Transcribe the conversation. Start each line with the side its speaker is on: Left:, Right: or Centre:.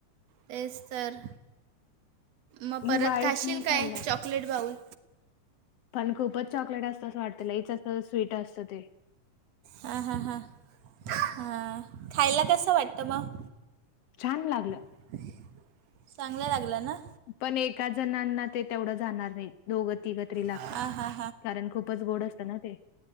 Right: तेच तर. मग परत
Left: मी व्हाईट
Right: खाशील
Left: नाही
Right: काय,
Left: खाल्ला.
Right: Chocolate bowl?
Left: पण खूपच चॉकलेट असतं असं वाटतं लई जास्त स्वीट असतं ते.
Right: हां हां हां ह खायला कसं वाटतं मग?
Left: छान लागलं.
Right: <inaudible> चांगलं लागलं ना?
Left: पण एका जणांना ते तेवढं जाणार नाही, दोघं-तिघं तरी लागत्यात,
Right: हां हां
Left: कारण खूपच गोड असतं ना ते.